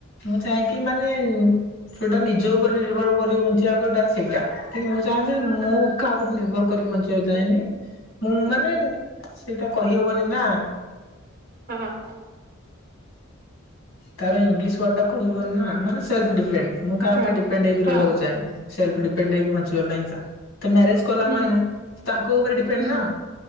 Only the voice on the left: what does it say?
ମୁଁ ଚାହେଁ କି ମାନେ ଉଁ ଟୋଟାଲ ନିଜ ଉପରେ
ନିର୍ଭର କରିବୁ ବଞ୍ଚିବା କୋଉଟା ସେଇଟା। କି ମୁଁ ଚାହୁଁଚି ମୁଁ କାହା ଉପରେ ନିର୍ଭର କରିକି ବଞ୍ଚିବାକୁ ଚାହେନି ମୁଁ ମାନେ ସେଇଟା କହିହବନି ନା।
ତାର ଇଂଲିଶ ୱାର୍ଡଟା କହିହୁଏନି ନା ମାନେ ସେଲଫ୍ ଡିପେଣ୍ଡ ମୁଁ କା
ଉପରେ ଡିପେଣ୍ଡ ହେଇକି
ରହିବାକୁ ଚାହେଁ ନି ସେଲଫ୍ ଡିପେଣ୍ଡ ହେଇକି ବ ଞ୍ଚିବା ପାଇଁକା ତ ମାରେଜ କଲା
ମାନେ ତାଙ୍କ ଉପରେ ଡିପେଣ୍ଡ
ନାଁ